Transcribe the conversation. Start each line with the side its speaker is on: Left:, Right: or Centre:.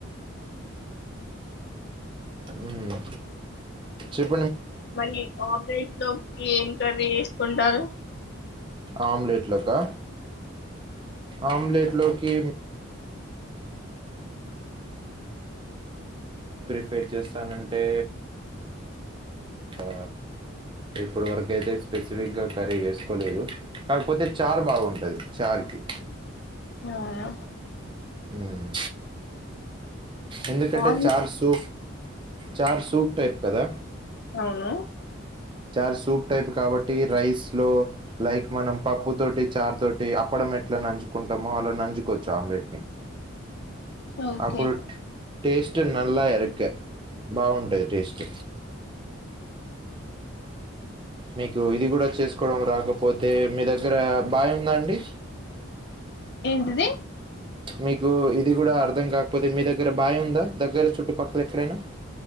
Right: ఉమ్ చెప్
Left: మరి ఆన్లైట్ లోకి ఏం కర్రి కొంటారు
Right: ఆమ్లెట్ లోకా ఆమ్లెట్ లో హీడ్ ప్రిఫేర్ చేస్తానంటే ఆ ఇప్పటి వరక అయితే స్పెసిఫిక్గా కర్రీ వేసుకోలేదు కాకపోతే చార్ బాగుంటంది చార్ కి
Left: అవునా
Right: అమ్ ఎందుకంటే
Left: ఆమ్లె
Right: చార్ సూ చార్ సూప్ టైప్ కదా
Left: అవును
Right: చార్ సూప్ టైప్ కాబట్టి రైస్ లో లైక్ మనం పప్పు తోటి చార్ తోటి అప్పడం ఎట్లా నంచుకుంటామో అలా నంచుకోవచ్చు ఆమ్లెట్ని
Left: ఓకే
Right: అప్పుడు టేస్ట్ నలా ఎరికా బాగుంటది టేస్ట్ మీకు ఇది కూడా చేసుకోవడం రాకపోతే మీ దగ్గర బావి ఉందా అండి
Left: ఏంటిది
Right: మీకు ఇది కూడా అర్థం కాకపోతే మీ దగ్గర బావి ఉందా దగ్గర చుట్టుపక్కల ఎక్కడైనా